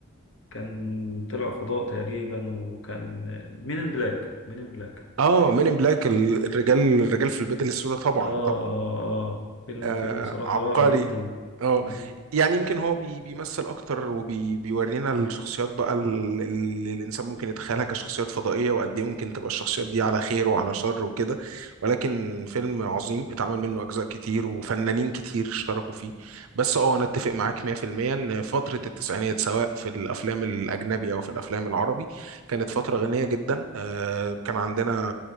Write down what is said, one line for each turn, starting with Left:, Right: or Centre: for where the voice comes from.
Left: كان طلع فضاء تقريبا وكان مين ان بلاك مين ان بلاك
Right: آه مين إن بلاك الرجال الرجال في البدل السوداء طبعا
Left: اه اه اه فيلم
Right: آه
Left: فيلم صراحة
Right: عبقري
Left: رائع جدا
Right: اه
Left: مم.
Right: يعني يمكن هو بي بيمثل اكتر وبيورينا الشخصيات بقى ال- اللي الانسان ممكن يتخيلها كشخصيات فضائيه وقد ايه ممكن تبقى الشخصيات دي على خير وعلى شر وكده ولكن فيلم عظيم اتعمل منه اجزاء كتير وفنانين كتير اشتركوا فيه بس اه انا اتفق معاك 100% ان فتره التسعينات سواء في الافلام الاجنبي او في الافلام العربي كانت فتره غنيه جدا آه كان عندنا